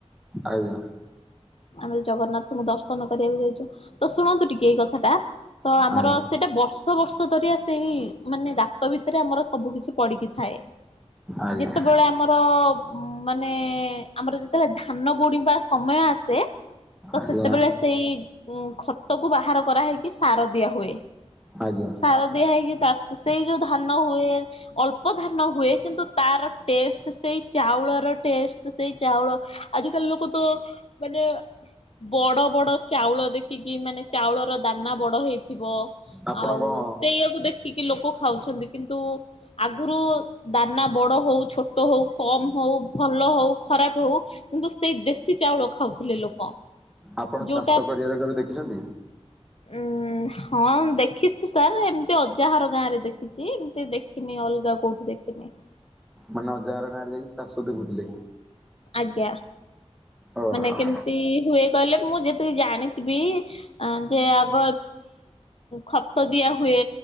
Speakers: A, in the centre; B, on the left (about 60°).
A: ଆଜ୍ଞା।
B: ଆମେ ଜଗନ୍ନାଥଙ୍କୁ ଦର୍ଶନ କରିବାକୁ ଯାଇଛୁ। ତ ଶୁଣନ୍ତୁ ଟିକେ ଏଇ କଥାଟା ତ ଆମର
A: ଆଜ୍ଞା
B: ସେଇଟା ବର୍ଷ। ଦ ବର୍ଷ ଧରି ଆ ସେଇ ମାନେ ଗାତ ଭିତରେ ଆମର ସବୁ କିଛି। ପଡିକି ଥାଏ
A: ଆଜ୍ଞା
B: ଯେତେବେଳେ ଆମ ଆମର ମାନେ ଆମର ଯେତେବେଳେ ଧାନ ବୁଣିବା ସମୟ ଆସେ। ତ
A: ଆଜ୍ଞା
B: ସେତେବେଳେ ସେଇ ଉ ଖତ କୁ ବାହାର କରା ହେଇକି ସାର ଦିଆ ହୁଏ।
A: ଆଜ୍ଞା
B: ସାର ଦିଆ ହେଇକି ତାକୁ ସେଇ ଯୋଉ ଧାନ ହୁଏ। ଅଳ୍ପ ଧାନ ହୁଏ କିନ୍ତୁ ତାର ଟେଷ୍ଟ ସେଇ ଚାଉଳର ଟେଷ୍ଟ। ତ ସେଇ ଚାଉଳ ଆଜିକାଲି ଲୋକ ତ ମାନେ ବଡ଼ ବଡ଼ ଚାଉଳ ଦେଖିକି ମାନେ ଚାଉଳର ଦାନା ବଡ଼ ହେଇଥିବ।
A: ଆପଣ
B: ଆଉ
A: କଣ
B: ସେଇୟାକୁ ଦେଖିକି ଲୋକ ଖାଉଛନ୍ତି କିନ୍ତୁ। ଆଗରୁ ଦାନା ବଡ ହଉ, ଛୋଟ ହଉ, କମ ହଉ, ଭଲ ହଉ, ଖରାପ ହଉ। କିନ୍ତୁ ସେଇ ଦେଶୀ ଚାଉଳ ଖାଉଥିଲେ ଲୋକ।
A: ଆପଣ
B: ଯୋଉଟା
A: ଚାଷ କରିବାର କେବେ ଦେଖିଛନ୍ତି?
B: ଉଁ ହଁ ଦେଖିଛି ସାର୍ ଏମିତି ଅଜାଘର ଗାଁ ରେ ଦେଖିଛି ଏମିତି ଦେଖ। କିନି ଅଲଗା କୋଉଠି ଦେଖିନି।
A: ମାନେ ଅଜାଘର ଗାଁରେ ଯାଇକି ଚାଷ ଦେଖୁଥିଲେ।
B: ଆଜ୍ଞା।
A: ଓହୋ
B: ମାନେ
A: ଆଜ୍ଞା
B: କେମିତି ହୁଏ କହିଲେ ମୁଁ ଯେତିକି ଜାଣିଚିବି ଯେ ଆଗ। ଖତ ଦିଆ ହୁଏ